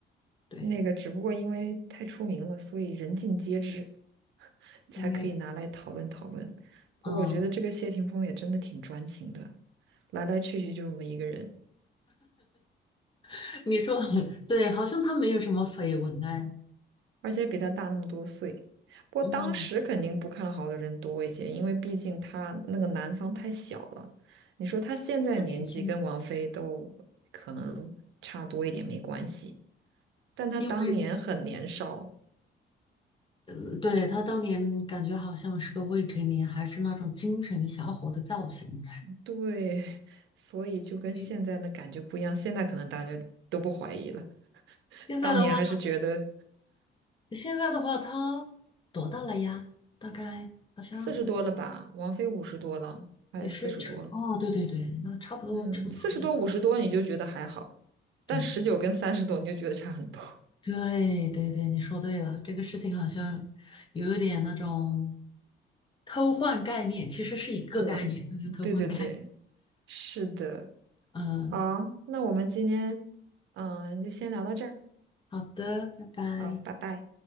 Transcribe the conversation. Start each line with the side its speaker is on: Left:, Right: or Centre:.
Left: 对，
Right: 那个只不过因为太出名了，所以人尽皆知，<laughs> 才可以拿来讨论讨论。
Left: 哎，
Right: 不过我觉得这个谢霆锋也真的挺专情的，
Left: 嗯，
Right: 来来去去就这么一个人。
Left: <laughs> 你说 <laughs> 对，好像他没有什么绯闻哎，
Right: 而且比他大那么多岁。不过当时肯定不看好的人多一些，
Left: 嗯，
Right: 因为毕竟他那个男方太小了。你说他现在年纪跟王菲都可能差多一点没关系，
Left: 他年轻，
Right: 但他当年很年少，
Left: 因为嗯，对，他当年感觉好像是个未成年，还是那种精神小伙的造型。
Right: 对，所以就跟现在的感觉不一样。
Left: 嗯，
Right: 现在可能大家都不怀疑了，
Left: 现在的话，
Right: 当年还是觉得
Left: 现在的话，他多大了呀？大概好像
Right: 四十多了吧，王菲五十多了，快四十多了，
Left: 也是成，哦，对对对，那差不多成熟的时候，
Right: 嗯，四十多五十多你就觉得还好，
Left: 对，
Right: 但十九跟三十多你就觉得差很多。
Left: 对对对，你说对了，这个事情好像有一点那种偷换概念，其实是一个概念，
Right: 对，
Left: 就是偷换概念。
Right: 对对对，是的。
Left: 嗯，
Right: 好，那我们今天嗯就先聊到这儿。
Left: 好的，拜拜。
Right: 好，拜拜。